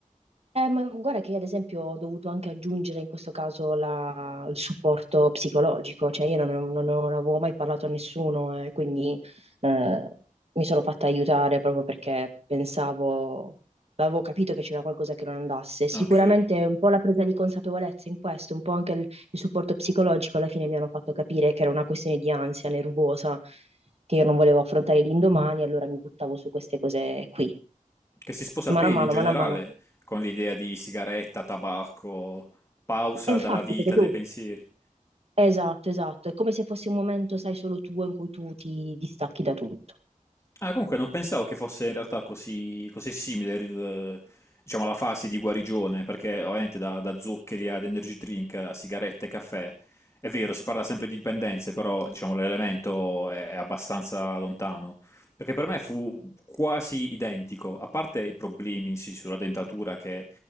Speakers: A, on the right; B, on the left.
A: Eh, ma guarda che io, ad esempio ho dovuto anche aggiungere in questo caso la- il supporto psicologico, cioè io non, non- non avevo mai parlato a nessuno e quindi eh, mi sono fatta aiutare proprio perché pensavo, avevo capito che c'era qualcosa che non andasse. Sicuramente
B: no? Che,
A: un po' la presa di consapevolezza in questo, un po' anche il, il supporto psicologico alla fine mi hanno fatto capire che era una questione di ansia nervosa, che io non volevo affrontare l'indomani, allora mi buttavo su queste cose qui,
B: che si sposa
A: mano
B: bene
A: a mano,
B: in generale
A: mano a mano.
B: con l'idea di sigaretta, tabacco, pausa
A: E infatti,
B: dalla vita,
A: perché tu...
B: dai pensieri.
A: Esatto, esatto. È come se fosse un momento, sai, solo tuo in cui tu ti distacchi da tutto.
B: Ah, comunque non pensavo che fosse in realtà così, così simile il- diciamo, la fase di guarigione, perché ovviamente da, da zuccheri ad energy drink a sigarette e caffè, è vero, si parla sempre di dipendenze, però diciamo, l'elemento è, è abbastanza lontano. Perché per me fu quasi identico, a parte i problemi sì, sulla dentatura, che